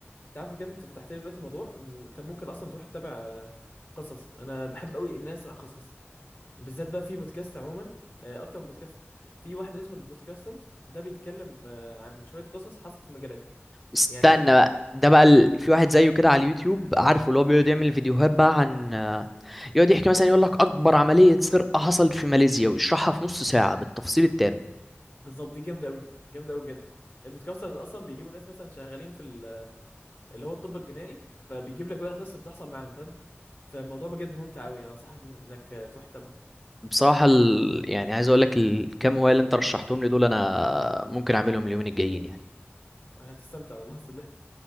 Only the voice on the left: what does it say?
تعرف بجد انت فتحت لي دلوقتي موضوع ان انت ممكن اصلا تروح تتابع آه، قصص انا بحب قوي ان انا اسمع قصص بالذات بقى في بودكاست عموما آه، اكتر من بودكاست في واحد اسمه البودكاسترز ده بيتكلم آه، عن شويه قصص حصلت في مجالات
يعني
بالظبط دي جامده قوي جامده قوي بجد البودكاسترز اصلا بيجيبوا ناس مثلا شغالين في ال- اللي هو الطب الجنائي فبيجيب لك بقى القصه بتحصل معاهم فاهم فالموضوع بجد ممتع قوي يعني انصحك انك آه، تروح تتابعه
هتستمتع والله صدق